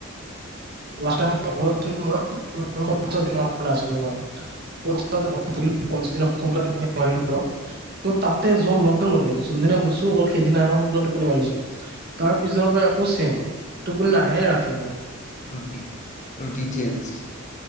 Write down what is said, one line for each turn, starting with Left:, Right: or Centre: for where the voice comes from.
Right: লাষ্ট টাইম অকলে আছিলো মই অকলে পঞ্চাছ দিন মান অকলে আছিলো মই পঞ্চাছ দিন এনেকুৱা টোপনি মাৰিলোঁ মই, কিন্তু তাতে যোৱাৰ লগে লগে যোন দিনা গৈছোঁ অকল সেইদিনা আহে মই সোনকালে টোপনি মাৰিছো তাৰ পিছনৰ পৰা আকৌ চেম। টোপনি নাহে ৰাতি মোৰ।
Left: ৰুটি ৰুটিন চেঞ্জ।